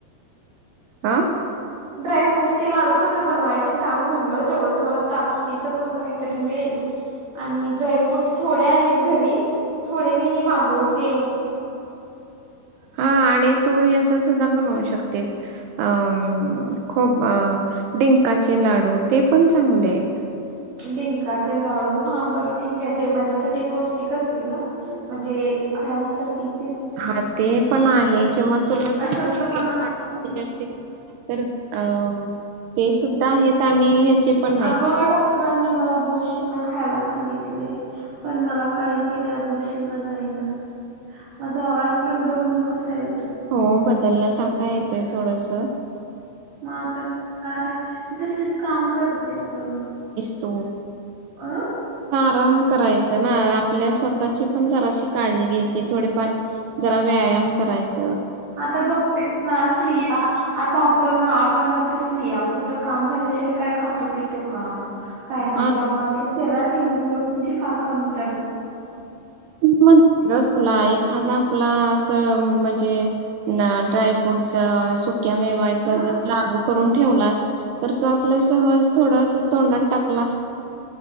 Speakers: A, on the right; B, on the right.
A: आ
B: ड्रायफ्रूटस चे लाडू कस बनवायचे. सांग म्हणलं तेवढंच मला ताकदीच पण काहीतरी मिळेल. आणि ड्रायफ्रूट्स थोडे आहेत घरी थोडे मी मागवते.
A: हा आणि तू याचा सुद्धा बनवू शकतेस. अ खूप अ डिंकाचे लाडू ते पण चांगले आहेत.
B: डिंकाचे लाडू हा बर ठीक आहे. ते माझ्यासाठी पौष्टिक असतील ना म्हणजे हाडांसाठी तेन
A: ह ते ते पण आहे. किंवा तुला जर
B: अशक्तपणासाठी
A: पौष्टिक पाहिज असेल तर अ ते सुद्धा आहेत. आणि ह्याचे पण आहेत
B: अगं डॉक्टरांनी मला गुळशेगा खायला सांगितलेय पण मला काय केल्या गुळशेंगा जाईनात माझा आवाज पण बघण कसा आहे.
A: हो बदलला. सारखा येतय थोडस
B: मग आता काय तसेच काम करते. मग
A: तो
B: अं
A: आराम करायच ना आपल्या स्वतःची पण जराशी काळजी घ्यायची थोडेफार जरा व्यायाम करायच.
B: आता बघतेस ना स्त्रिया आता पण आपण आता स्त्रिया कुठ काम झाल्याशिवाय काय खातो पितो का? काय नाही
A: हा
B: त्यामुळे आपल्या हिमोग्लोबीन ची फारकमी- -
A: म्हण ग तुला एखादा आपला अस म्हन -- म्हणे ड्राय फ्रूट च सु- - क्या मेवायचा
B: हा
A: जर लाडू करून ठेवलास- - तर तो आपला सहज थोडस तोंडात टाकलास --